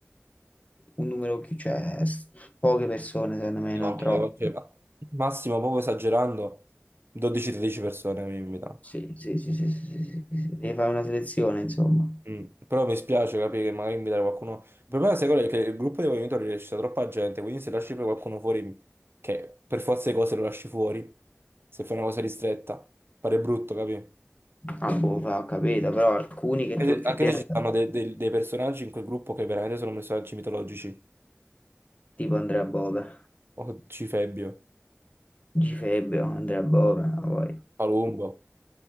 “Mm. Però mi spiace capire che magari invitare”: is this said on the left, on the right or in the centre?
Right